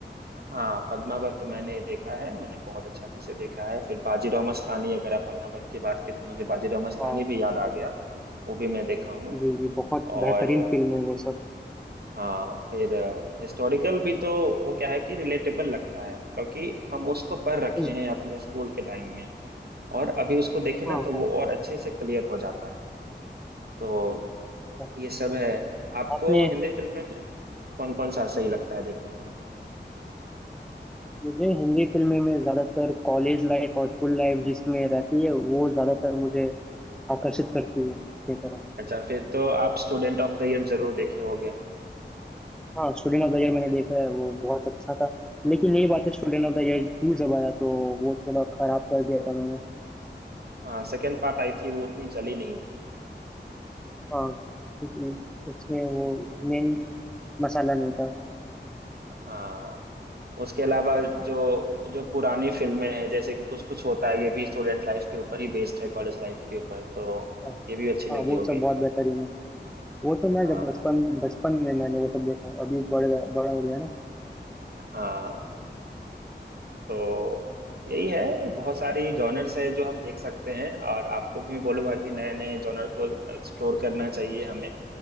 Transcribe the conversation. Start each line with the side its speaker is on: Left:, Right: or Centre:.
Right: हाँ पद्मावत मैंने देखा है मैंने बहुत अच्छा से देखा है फिर बाजीराव मस्तानी अगर आप पद्मावत की बात की तो मुझे बाजीराव मस्तानी
Centre: हाँ
Right: भी याद आ गया वो भी मैं देखा हूँ
Centre: जी जी बहुत
Right: और
Centre: बेहतरीन फिल्म है वो सब
Right: हाँ फिर हिस्टोरिकल भी तो वो क्या है कि रिलेटेबल लगता है क्योंकि हम उसको पढ़ रखे
Centre: हम्म,
Right: हैं अपने स्कूल के टाइम में और अभी उसको देखे ना
Centre: हाँ
Right: तो
Centre: हाँ
Right: वो और अच्छे से क्लियर हो जाता है तो
Centre: हाँ।
Right: ये सब है आपको
Centre: आपने
Right: हिंदी फिल्में में कौन कौन सा सही लगता है देखने में
Centre: मुझे हिंदी फिल्में में ज्यादातर कॉलेज लाइफ और स्कूल लाइफ जिसमें रहती है वो ज्यादातर मुझे आकर्षित करती है अपनी तरफ
Right: अच्छा फिर तो आप स्टूडेंट ऑफ द ईयर जरूर देखे होंगे
Centre: हाँ स्टूडेंट ऑफ द ईयर मैंने देखा है वो बहुत अच्छा था लेकिन यही बात है स्टूडेंट ऑफ द ईयर टू जब आया तो वो थोड़ा खराब कर दिया था उन्होंने
Right: हाँ सेकंड पार्ट आई थी वो उतनी चली नहीं थी
Centre: हाँ क्योंकि उसमें वो मेन मसाला नहीं था
Right: हाँ उसके अलावा जो जो पुरानी फिल्में हैं जैसे कि कुछ कुछ होता है ये भी स्टूडेंट लाइफ के ऊपर ही बेस्ड है कॉलेज लाइफ के ऊपर तो
Centre: हाँ
Right: ये भी अच्छी लगी
Centre: हाँ, वो
Right: होगी
Centre: सब बहुत बेहतरीन है वो तो मैं
Right: हाँ
Centre: जब बचपन बचपन में मैंने वो सब देखा अभी बड़ गया बड़ा हो गया ना
Right: हाँ तो यही है बहुत सारी जॉनर्स है जो हम देख सकते हैं और आपको भी मैं बोलूंगा कि नए नए जॉनर को एक्सप्लोर करना चाहिए हमें